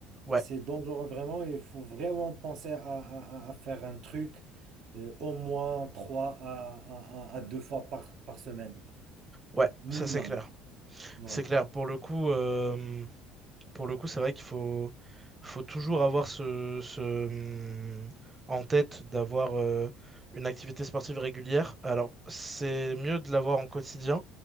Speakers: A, on the right; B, on the right.
A: ouais,
B: Et c'est dangereux vraiment, il faut vraiment penser à, à- à- à faire un truc euh, au moins trois à, à, à- à deux fois par, par semaine,
A: ouais,
B: minimum.
A: ça c'est clair.
B: Ouais.
A: C'est clair, pour le coup, euh, Pour le coup, c'est vrai qu'il faut, faut toujours avoir ce, ce, hum, en tête d'avoir euh, une activité sportive régulière. Alors, c'est mieux de l'avoir en quotidien.